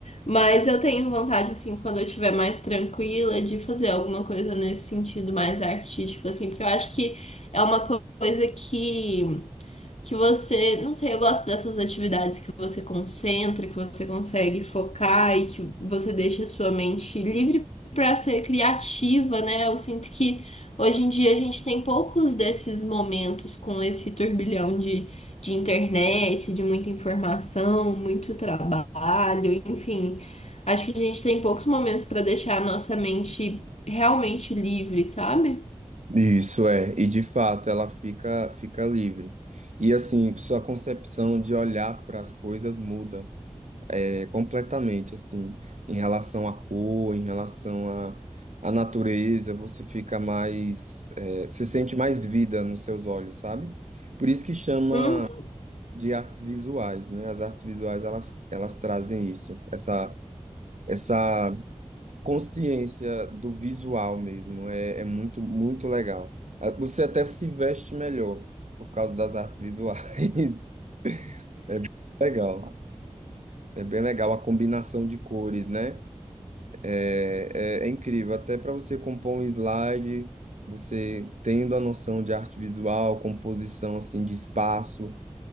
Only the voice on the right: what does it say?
Isso é, e de fato ela fica fica livre. E assim, sua concepção de olhar para as coisas muda. É completamente assim, em relação à cor, em relação à, à natureza, você fica mais, é, você sente mais vida nos seus olhos, sabe? Por isso que chama
de artes visuais, né? As artes visuais, elas, elas trazem isso, essa, essa consciência do visual mesmo, é, é muito, muito legal. Ah, Você até se veste melhor por causa das artes visuais. <laughs> Legal. É bem legal a combinação de cores, né? É, é, é incrível, até para você compor um slide, você tendo a noção de arte visual, composição assim de espaço,